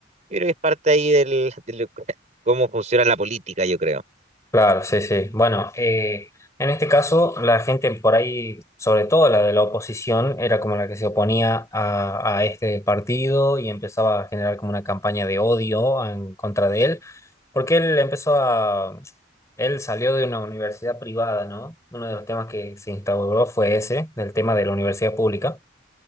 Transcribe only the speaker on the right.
Yo creo que es parte ahí del, del- <laughs> cómo funciona la política, yo creo.